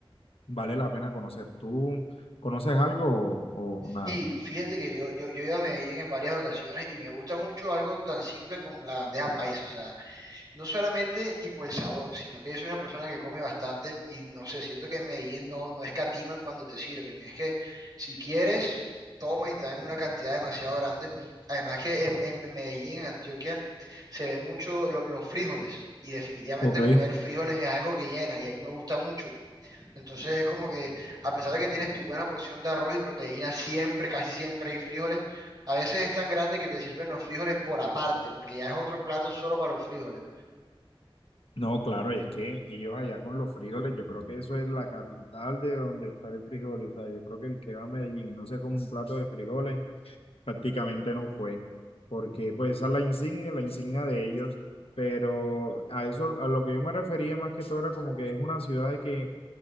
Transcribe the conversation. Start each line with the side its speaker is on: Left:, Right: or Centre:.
Left: Vale la pena conocer. ¿Tú conoces algo o, o nada?
Right: Y fíjate que yo, yo, yo he ido a Medellín en varias ocasiones y me gusta mucho algo tan simple como la bandeja paisa. O sea, No solamente tipo el sabor, sino que yo soy una persona que come bastante y no sé, siento que en Medellín no, no escatiman cuando te sirven. Es que si quieres, toma y te dan una cantidad demasiado grande. Además que en, en- en Medellín, en Antioquia, se ve mucho lo- los frijoles y definitivamente
Left: Ok.
Right: comer frijoles es algo que llena y a mí me gusta mucho. Entonces es como que a pesar de que tienes tu buena porción de arroz y proteína, siempre, casi siempre hay frijoles. A veces es tan grande que te sirven los frijoles por aparte, porque ya es otro plato solo para los frijoles.
Left: No, claro, y es que ellos allá con los frijoles, yo creo que eso es la capital de donde está el frijoles. O sea, yo creo que el que va a Medellín y no se come un plato de frijoles, prácticamente no fue. Porque pues esa es la insignia, la insignia de ellos. Pero a eso, a lo que yo me refería más que todo era como que es una ciudad de que